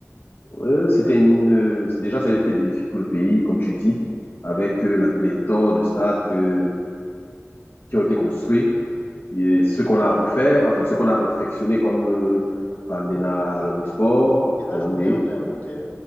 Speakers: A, on the left; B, on the left.
A: euh, c'était une, euh, déjà, ça a été bénéfique pour le pays, comme tu dis, avec euh, la pléthore de stades que, qui ont été construits et ce qu'on a refait, enfin, ce qu'on a réfectionné comme euh,
B: Oh,
A: Fandena
B: Oui.
A: à l'Omnisport,
B: Et là,
A: Yaoundé.
B: j'oubliais même les routes, hein,